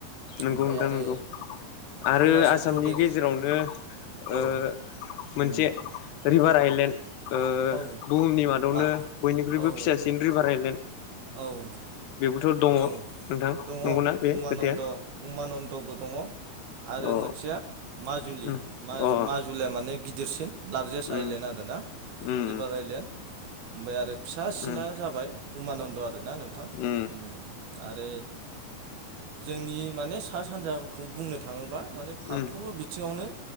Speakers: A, on the left; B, on the right.
A: नोंगौ
B: ओमफ्राय
A: नोंथां
B: आरो
A: नोंगौ। आरो
B: अरुणाचल
A: आसामनि
B: प्रदेश
A: गेजेरावनो ओ
B: औ
A: मोनसे
B: उम
A: रिभार आइलेण्ड ओ ओ
B: औ
A: बुहुमनि मादावनो
B: मा
A: बयनिख्रुइबो
B: औ
A: फिसासिन रिभार आइलेण्ड
B: औ।
A: थ' दङ
B: औ
A: नोंथां।
B: दङ'
A: नंगौना बे
B: उमानन्द
A: खोथाया
B: उमानन्दबो दङ'। आरो
A: अ
B: मोनसेया माजुलि
A: उम
B: माजु-माजुलिया
A: अ
B: माने गिदिरसिन लार्जेस्ट
A: उम
B: आइलेण्ड आरो ना
A: उम
B: रिभार आइलेण्ड। ओमफाय आरो फिसासिना
A: उम
B: जाबाय उमानन्द आरो ना नोंथां।
A: उम
B: उम आरो जोंनि माने सा सानजाखौ बुंनो थाङोब्ला माने फारफ्रोमबो
A: उम
B: बिथिङावनो